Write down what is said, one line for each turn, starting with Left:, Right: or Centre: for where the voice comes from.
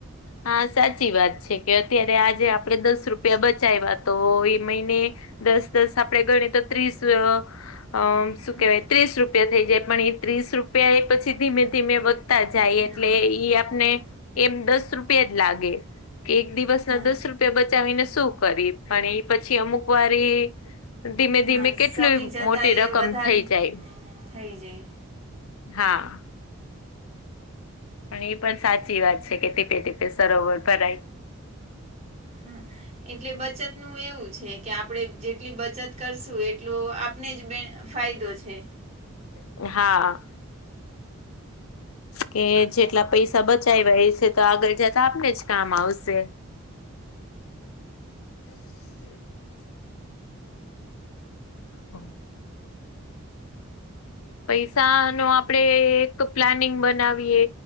Left: હા સાચી વાત છે કે અત્યારે આજે આપડણે દસ રૂપિયા બચાવ્યા તો એ મહિને. દસ દસ આપડે ગણી તો ત્રીસ. અ શું
Right: હા
Left: કેહેવાય ત્રીસ રૂપિયા થઈ જાય પણ એ ત્રીસ રૂપિયા એ પછી ધીમે ધીમે જાય
Right: હમ
Left: એટલે
Right: હમ
Left: ઈ આપને એમ દસ રૂપિયા જ લાગે. કે એક દિવસના
Right: હા
Left: દસ રૂપિયા બચાવીને શું કરી પણ એ પછી અમુક વારી ધીમે
Right: હા
Left: ધીમે કેટલી
Right: સમય જતાં
Left: મોટી
Right: એ
Left: રકમ
Right: વધારે
Left: થઈ જાય.
Right: થઈ જાય.
Left: હા. અને એ પણ સાચી વાત છે કે ટીપે ટીપે સરોવર ભરાય.
Right: હા, એટલે બચતનું એવું છે કે આપણે જેટલી બચત કરશું એટલો આપને જ બે ફાયદો છે.
Left: હા. કે જેટલા પૈસા બચાવવા એ છે તો આગળ જતા આ પને જ કામ આવશે. <inaudible> હા. <unintelligible>
Right: <inaudible>
Left: પૈસા નો આપડે એક પ્લાનિંગ બનાવીએ.